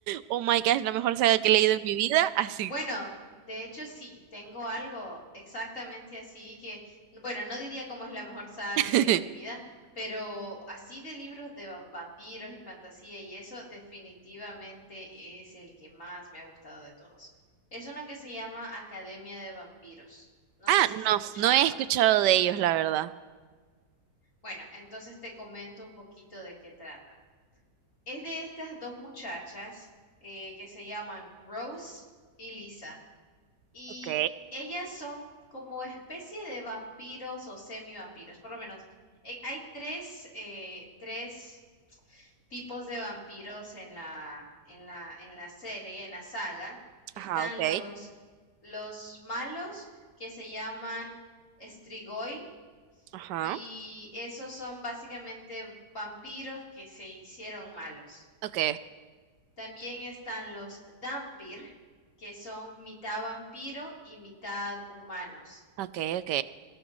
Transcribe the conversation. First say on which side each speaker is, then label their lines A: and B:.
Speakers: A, on the right; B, on the left.
A: oh my gosh, la mejor saga que he leído en mi vida, así.
B: Bueno, de hecho sí, tengo algo exactamente así que, bueno, no diría cómo es la mejor saga
A: <laughs>
B: que he leído en mi vida, pero así de libros de va- vampiros y fantasía y eso definitivamente es el que más me ha gustado de todos. Es uno que se llama Academia de Vampiros. No
A: Ah,
B: sé si
A: no,
B: has escuchado.
A: no he escuchado de ellos, la verdad.
B: Bueno, entonces te comento un poquito de qué trata. Es de estas dos muchachas eh, que se llaman Rose y Lisa. Y
A: Ok,
B: ellas son como especie de vampiros o semivampiros, por lo menos. Eh, hay tres, eh, tres tipos de vampiros en la, en la, en la serie, en la saga. Están
A: ajá, ok,
B: los, los malos que se llaman Strigoi,
A: ajá,
B: y esos son básicamente vampiros que se hicieron malos.
A: ok.
B: También están los Dampir, que son mitad vampiro y mitad humanos.
A: Ok, ok.